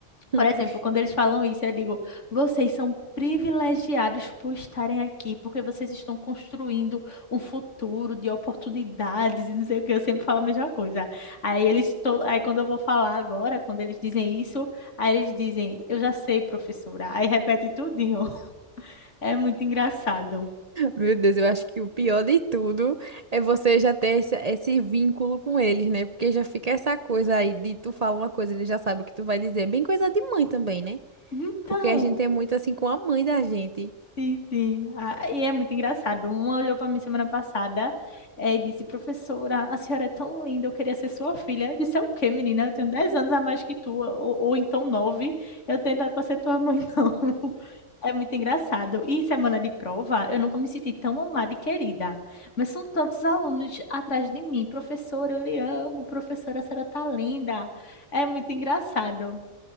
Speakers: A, on the right; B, on the left.
A: <laughs>
B: Por exemplo, quando eles falam isso, eu digo, vocês são privilegiados por estarem aqui, porque vocês estão construindo um futuro de oportunidades e não sei o quê. Eu sempre falo a mesma coisa. Aí eles, to... aí quando eu vou falar agora, quando eles dizem isso, aí eles dizem, eu já sei, professora. Aí repete tudinho. <laughs> É muito engraçado.
A: Meu Deus, eu acho que o pior de tudo é você já ter esse, esse vínculo com eles, né? Porque já fica essa coisa aí de tu falar uma coisa, ele já sabe o que tu vai dizer. Bem coisa de mãe também, né?
B: Então,
A: Porque a gente é muito assim com a mãe da gente.
B: Sim, sim. Ah, e é muito engraçado. Uma olhou para mim semana passada, eh, e disse: Professora, a senhora é tão linda, eu queria ser sua filha. Eu disse: É o quê, menina? Eu tenho 10 anos a mais que tu, ou, ou então nove Eu tenho idade para ser tua mãe, não. <laughs> É muito engraçado. E semana de prova, eu nunca me senti tão amada e querida. Mas são tantos alunos atrás de mim. Professora, eu lhe amo. Professora, a senhora tá linda. É muito engraçado.